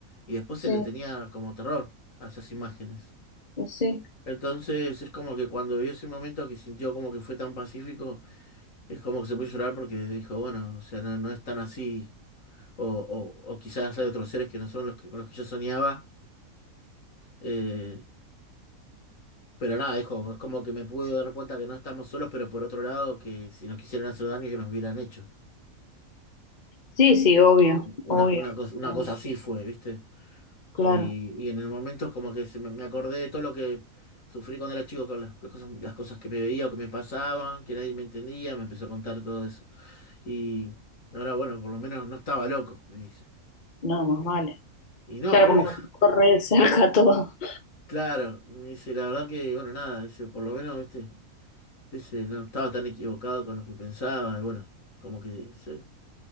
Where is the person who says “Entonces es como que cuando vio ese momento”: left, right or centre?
Left